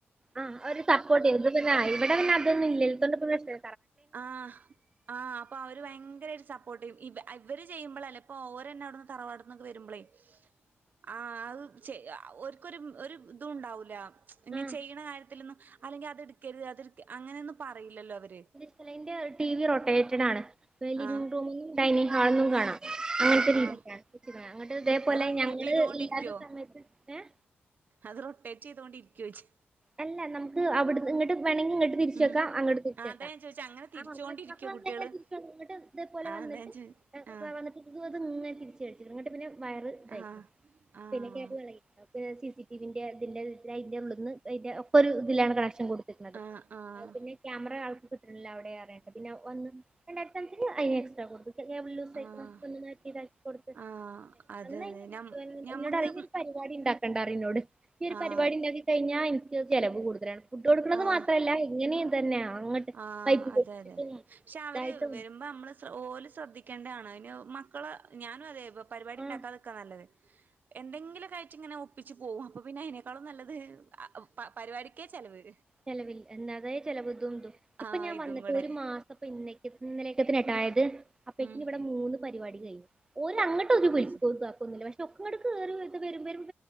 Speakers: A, on the right; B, on the right.
A: ആഹ് ഒരു സപ്പോർട്ട് ന്നട്ട് പിന്നെ ഏഹ് ഇവട പിന്ന അതൊന്നുല്ല്യാത്തൊണ്ട് പ്പ പ്രശ്നേ
B: ആഹ്. ആഹ് അപ്പൊ അവര് വയങ്കര ഒരു സപ്പോർട്ടെയ്യും. ഇവ ഇവര് ചെയ്യുമ്പളല്ലേ ഇപ്പൊ ഓരെന്നെ അവിടുന്ന് തറവാട്ന്നൊക്കെ വെരുമ്പളേയ് ആഹ് അത് ച്ചെ അ ഓര്ക്കൊരു ഉം ഒരു തുംണ്ടാവൂലാ. ഇങ്ങെനെ
A: ആഹ്
B: ചെയ്യണ കാര്യത്തിലൊന്നും അല്ലെങ്കി അത്ട്ക്കര്ത് അത്ട്ക്ക് അങ്ങനെയൊന്നും പറയില്ലല്ലോ അവര്.
A: അല്ല ഇന്റെ ടി വി റോട്ടേറ്റഡാണ്. വേ ലിവിംഗ്
B: ആഹ്
A: റൂമ്ന്നും ഡൈനിംഗ് ഹാൾന്നും കാണാ. അങ്ങൻത്തെ
B: ആഹ്
A: രീത്യായ്ട്ടാണ്
B: ആഹ്
A: തീര്ച്ചെക്ക്ണാണ് അങ്ങട്ട് തേപോലെ
B: അത് റൊട്ടേറ്റ്
A: ഞങ്ങള്
B: ചെയ്തോണ്ടിരിക്കോ
A: ഇല്ലാത്ത സമയത്ത് ഏഹ്
B: അത് റൊട്ടേറ്റെയ്തുകൊണ്ടിരിയ്‌ക്കോയ്ച്ച്
A: അല്ല നമുക്ക് അവ്ട്ന്ന് ങ്ങട്ട് വേണങ്കി ഇങ്ങട്ട് തിരിച്ചക്കാ
B: ഉം
A: അങ്ങട്ട് തിരിച്ചെക്കാ
B: ആഹ് അതാ ഞാൻ ചോദിച്ചെ അങ്ങനെ
A: ആഹ്
B: തിരിച്ചോണ്ടിരിക്കോ
A: <unintelligible>
B: കുട്ടികള്
A: ങ്ങട്ട് തേപോലെ
B: ആഹ്
A: വന്ന്ട്ട്
B: അതാ ഞാൻ ചോ
A: <unintelligible>
B: ആഹ്
A: വന്ന്ട്ട് ഇത് അത് ങ്ങനെ തിരിച്ച് കൾച്ചി ർങ്ങട്ട് പിന്നെ വയറ് ഇതായിക്ക്ണ്,
B: ആഹ് ആഹ്
A: പിന്നെ കേബിൾ വളയി അപ്പ ഞാൻ സി സി ടിവിന്റെ തിന്റെ അയ്ന്റെ ഉള്ള്ന്ന് അയ്ന്റെ ഒക്കെ ഒരു തിലാണ് കണക്ഷൻ കൊട് <unintelligible>
B: ആഹ് ആഹ്
A: ക്യാമറ ആൾക്ക് കിട്ട്ണ്ട്ല്ല അവടെ അർഞ്ഞിട്ട് പിന്നെ ഒന്ന് രണ്ടായിര്ത്തി സംതിങ്ങ അയ്ന്എക്സ്ട്രാ കൊടുക്കു പ്പം കേബ്ൾ ലൂസായ്ക്ക്ണ്.
B: ആഹ്
A: പ്പൊ ഒന്ന് മാറ്റിതാ കൊട്ത്ത്.
B: ആഹ് അതെ
A: എന്നാ
B: അതെ
A: ഇന്നെ <unintelligible>
B: ഞ ഞമ്മക്ക്
A: ന്നോടറിം ഞ്ഞി ഒരു പരിവാടി ണ്ടാക്കണ്ടാ റിം ന്നോട്. ഞ്ഞി ഒരു
B: ആഹ്
A: പരിപാടിണ്ടാക്കി കയ്ഞ്ഞാ ഇൻക്ക് ചെലവ് കൂട്തലാണ്, ഫുഡ് കൊടുക്ക്ണത്
B: ആഹ്
A: മാത്രല്ല ഇങ്ങനിം തെന്നാ അങ്ങട്ട്
B: ആഹ്
A: പൈപ്പ്
B: അതെ,
A: പൊട്ടിച്ചിട്ടും
B: അതെ പക്ഷെ
A: ഇതായിട്ടും
B: അവര് വെരുമ്പം അമ്മള് ശ്ര ഓല് ശ്രദ്ധിക്കേണ്ട ആണ് അയ്ന് മക്കളെ ഞാനും അതെ പ പരിപാടി
A: ആഹ്
B: ണ്ടാക്കാതക്കാ നല്ലത് എന്തെങ്കിലും ഒക്കായിട്ട്ങ്ങനെ ഒപ്പിച്ച് പോവും അപ്പം പിന്നെ അയിനേക്കാളും നല്ലത് ആ പ പരിവാടിക്കേ ചെലവ്
A: ചെലവില്ല എണ്ണാവേ ചെലവ് തും തും ഇപ്പം
B: ആഹ്
A: ഞാൻ
B: ഇതും
A: വന്നിട്ട്
B: കൂടെ
A: ഒരു മാസ് അപ്പം ഇന്നേയ്ക്ക് ഇന്നലേയ്ക്കത്തിന് ട്ടൊ ആയത്. അപ്പേക്കിന്
B: ഉം
A: വടെ മൂന്ന് പരിവാടി കയ്ഞ്ഞ്. ഒരങ്ങട് ട്ടോല് വിളിക്കും
B: അത്
A: താക്കൊന്നുല്ല പക്ഷെ ഒക്കങ്ങട്ട് കേറി വ്ട്ട് വെരും വെരും